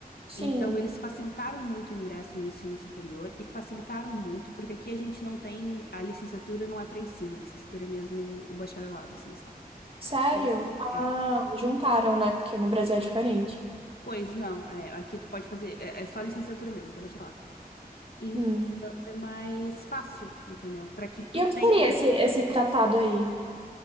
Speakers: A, on the right; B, on the left.
A: Sim.
B: Então, eles facilitaram muito o ingresso no ensino superior e facilitaram muito, porque aqui a gente não tem, a licenciatura não é para ensino, a licenciatura é mesmo o bacharelado, assim, sabe?
A: Sério?
B: Então, eles. É.
A: Ah, juntaram, né? Porque no Brasil é diferente.
B: Pois não, é, aqui tu pode fazer, é, é só licenciatura mesmo, não tem bacharelado. Então
A: Hum.
B: é mais fácil, entendeu? Para que tu
A: E o
B: tenha
A: que seria esse, esse tratado aí?